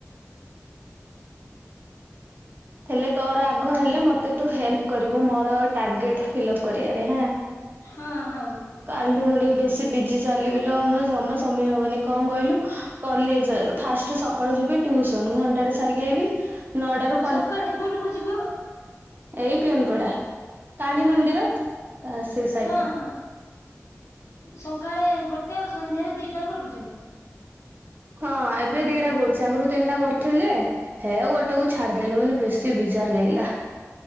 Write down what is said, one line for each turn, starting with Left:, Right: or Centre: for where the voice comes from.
Left: <unintelligible>
Right: ହେଲେ ତୋର ଆଗ ହେଲେ ମୋତେ ତୁ ହେଲ୍ପ କରିବୁ ମୋର ଟାର୍ଗେଟ୍। ଫିଲପ୍ କରିବାରେ ହା
Left: ହଁ ହଉ।
Right: <unintelligible> ଟିକେ ବେଶୀ ବିଜି ଚାଲିବି ଲୋ ମତେ ଜମା ସମୟ ହବନି କଣ କହିଲୁ କଲେଜ ଫାଷ୍ଟ ସକ ସକାଳୁ ଯିବି ଟ୍ୟୁସନ ଘଣ୍ଟାଟେ ସାରିକି ଆଇବି ନଅ ଟା ରୁ
Left: ସକାଳେ କୋଉଠୁକୁ ଯିବ?
Right: ଏଇ ପିଅନପଡା କାଳୀ ମନ୍ଦିର। ସେଇ ସାଇଟ୍
Left: ହଁ
Right: ଟା।
Left: ହଁ ସକାଳେ ଗୋଟ୍ <unintelligible> ଆଉ ସନ୍ଧ୍ୟାରେ ଦିଟା କରୁଚୁ?
Right: ହଁ ଏବେ ଦିଟା କରୁଛି ଆଗରୁ ତିନିଟା କରିଥିଲେ ଯେ ହେ ଗୋଟେ କୁ ଛାଡଦେଲି ମାନେ ବେଶ ଶୀ ବିଜାର୍ ଲାଗିଲା